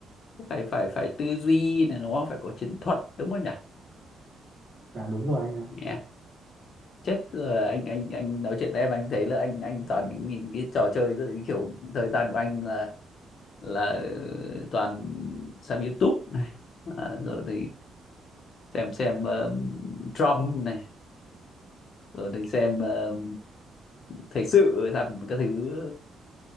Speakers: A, on the left; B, on the right.
A: cũng phải phải phải tư duy này đúng không? Phải có chiến thuật đúng không nhỉ?
B: dạ đúng rồi anh ạ
A: Yeah. chết rồi anh anh anh nói chuyện với em anh thấy là anh anh toàn những, những cái trò chơi rồi cái kiểu thời gian của anh là là ừ, toàn xem YouTube này à, rồi thì xem xem um, Trump này rồi thì xem um, thời sự xem các thứ